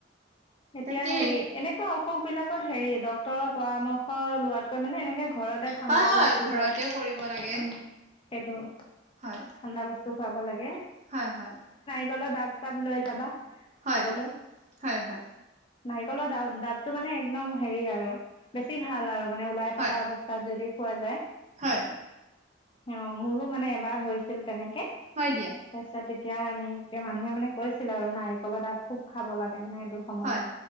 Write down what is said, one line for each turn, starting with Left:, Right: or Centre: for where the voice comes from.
Left: এতিয়া
Right: তাকেই
Left: হেৰি এনেকুৱা অসুখ বিলাকত হেৰি ডক্তৰৰ পৰামৰ্শ লোৱাতকৈ মানে এনেকে ঘৰতে ঠাণ্ডা
Right: হয় হয়
Left: বস্তু
Right: ঘৰতে
Left: ধৰ
Right: কৰিব লাগে
Left: উম, সেইটো ঠাণ্ডা
Right: হয়।
Left: বস্তু খুৱাব লাগে।
Right: হয়, হয়।
Left: লত ডাব চাব লৈ যাবা।
Right: হয়।
Left: খাবলৈ
Right: হয়, হয়।
Left: নাৰিকলৰ দা দাবটো মানে, একদম হেৰি আৰু বেছি ভাল আৰু। মানে ওলাই থকা
Right: হয়
Left: অৱস্থাত যদি খোৱা যায়।
Right: হয়
Left: অ', মোৰো মানে এবাৰ হৈছিল তেনেকে
Right: হয় দিয়া
Left: তাৰিছত এতিয়া এনেকে মানুহে মানে কৈছিল আৰু নাৰিকলৰ ডাব খুব খাব লাগে মানে। টো সময়ত
Right: হয়